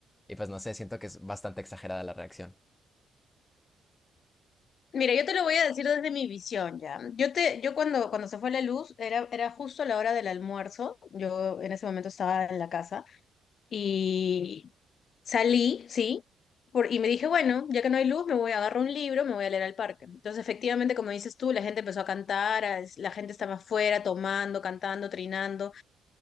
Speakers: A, on the left; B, on the left.
A: Y pues no sé, siento que es bastante exagerada la reacción.
B: Mira, yo te lo voy a decir desde mi visión ya. Yo te, yo cuando, cuando se fue la luz, era, era justo la hora del almuerzo. Yo en ese momento estaba en la casa. Y salí, sí, por- y me dije, bueno, ya que no hay luz, me voy a agarrar un libro, me voy a leer al parque. Entonces, efectivamente, como dices tú, la gente empezó a cantar, a- la gente estaba afuera tomando, cantando, trinando.